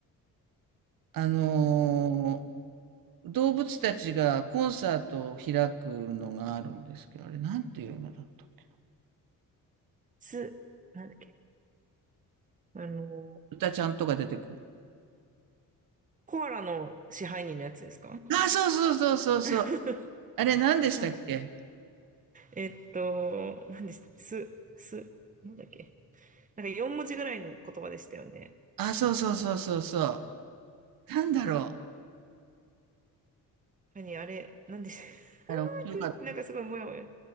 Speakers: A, on the right; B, on the right.
A: あのー動物たちがコンサートを開くのがあるんですけど、あれ、なんていう映画だったっけ
B: す、なんだっけ。あの、
A: 歌ちゃんとか出てくる。
B: コアラの支配人のやつですか
A: あ、そうそうそうそうそう。
B: <laughs>
A: あれ何でしたっけ
B: なんで、えっと、なんです、す、す、なんだっけ。なんか4文字ぐらいの言葉でしたよね。
A: あ、そうそうそうそうそう。なんだろ
B: 何、あれ、なんでし <laughs>
A: う。
B: あーくなんかすごいもやもや。
A: あれ面白かった。